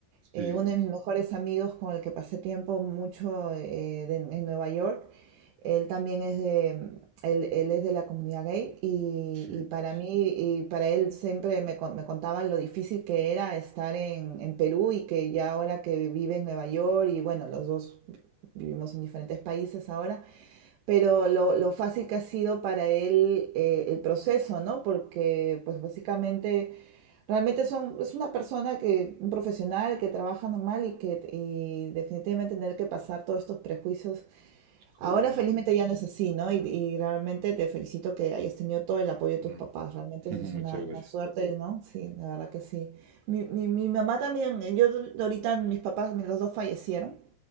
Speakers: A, on the right (about 50°); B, on the right (about 80°).
A: sí,
B: eh, uno de mis mejores amigos con el que pasé tiempo mucho eh, de- en Nueva York, él también es de, él, él es de la comunidad gay y,
A: sí,
B: y para mí y para él siempre me, con- me contaba lo difícil que era estar en, en Perú y que ya ahora que vive en Nueva York y bueno, los dos vivimos en diferentes países ahora, pero lo, lo fácil que ha sido para él eh, el proceso, ¿no? Porque pues básicamente realmente es, un- es una persona que, un profesional que trabaja normal y que y definitivamente tener que pasar todos estos prejuicios.
A: correcto.
B: Ahora felizmente ya no es así, ¿no? Y, y realmente te felicito que hayas tenido todo el apoyo de tus
A: Mm,
B: papás. Realmente
A: <laughs>
B: eso es
A: Muchas
B: una,
A: gracias.
B: una suerte, ¿no? Sí, la verdad que sí. Mi, mi- mi mamá también, yo ahorita mis papás, mis- los dos fallecieron.